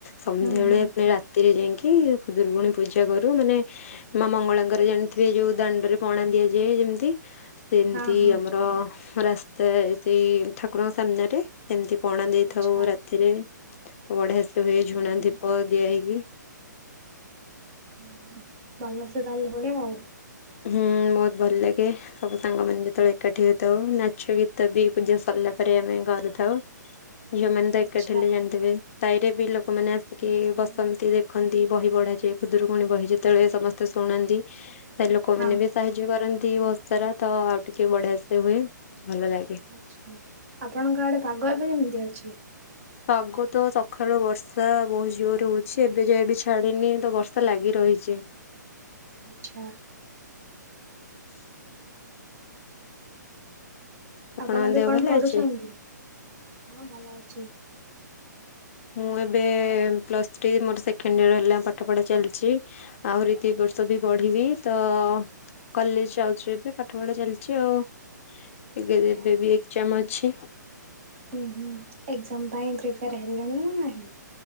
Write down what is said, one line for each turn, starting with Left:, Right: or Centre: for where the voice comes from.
Left: ସନ୍ଧ୍ୟାବେଳେ
Right: ହୁଁ ହୁଁ
Left: ପୁଣି ରା ଘରେ ଯାଇଙ୍କି ଖୁଦୁରୁକୁଣୀ ପୂଜା କରୁ ମାନେ ମା ମଙ୍ଗଳାଙ୍କର ଜାଣିଥିବେ ଯୋଉ ଦାଣ୍ଡରେ ପଣା ଦିଆ ଯେ ଯେମତି ସେମତି
Right: ହଁ ହଁ।
Left: ଆମର ରାସ୍ତା ସେଇ ଠାକୁରଙ୍କ ସାମ୍ନରେ ସେମତି ପଣା ଦେଇଥାଉ
Right: ଆଚ୍ଛା
Left: ରାତିରେ ବଢିଆ ସେ ହୁଏ
Right: ହୁଁ
Left: ଝୁଣା
Right: ହୁଁ
Left: ଦୀପ ଦିଆ ହେଇକି
Right: ହ ହଁ ଭଲସେ ତାହେଲେ ହୁଏ ଆଉ।
Left: ହୁଁ ବହୁତ ଭଲ ଲାଗେ ସବୁ ସାଙ୍ଗମାନେ ଯେତେବେଳେ ଏକାଠି ହେଇଥାଉ ନାଚ ଗୀତ ବି ପୂଜା ସ ଗଲା ପରେ ଆମେ ଘରେଥାଉ। ଝିଅମାନ ତ
Right: ଆଚ୍ଛା
Left: ଏକାଠି ହେଲେ ଜାଣିଥିବେ ସାହିରେ ବି ଲୋକମାନେ ଆସିକି
Right: ହୁଁ ହୁଁ
Left: ବସନ୍ତି ଦେଖନ୍ତି। ଏହି ବହି ପଢ଼ାଯାଏ ଖୁଦୁରୁକୁଣୀ ବହି ଯେତେବେଳେ ସମସ୍ତେ ଶୁଣନ୍ତି, ସେ ଲୋକମାନେ
Right: ହଁ
Left: ବି ସାହାଯ୍ୟ କରନ୍ତି। ଏଇ ବର୍ଷସାରା ତ ଆଉ ଟିକେ ବଢିଆ ସେ ହୁଏ। ଭଲ ଲାଗେ।
Right: ଆଛା ଆପଣଙ୍କ ଆଡେ ପାଗ ଏବେ କେମିତିକା ଅଛି?
Left: ପାଗ ତ ସକାଳୁ ବର୍ଷା ବହୁତ ଜୋର ହଉଛି, ଏବେ ଯାଏ ବି ଛାଡିନି ତ ବର୍ଷା ଲାଗି ରହୁଛି। ରହିଛି।
Right: ଆଛା।
Left: <inaudible> ଆପଣଙ୍କ
Right: ଆପଣବି
Left: ଦେହ
Right: କଣ
Left: ଭଲ
Right: ପଢୁଛନ୍ତି
Left: ଅଛି?
Right: ହଁ ଭଲ ଅଛି।
Left: ମୁଁ ଏବେ ପ୍ଲସଥ୍ରୀ ମୋର ସେକେଣ୍ଡଇୟର ହେଲା ପାଠ ପଢା ଚାଲିଛି ଆହୁରି ଦି ଏ ବର୍ଷ ବି ପଢିବି ତ କଲେଜ ଯାଉଛି, ଏବେ ପାଠପଢା ଚାଲିଛି ଆଉ। ଏବେ
Right: ଓହୋ।
Left: ଏବେ ବି ଏକ୍ଜାମ ଅଛି।
Right: ହୁଁ ହୁଁ ଏକ୍ଜାମ ପାଇଁ ପ୍ରିପେୟାର ହେଲେଣି ନା ନାହିଁ?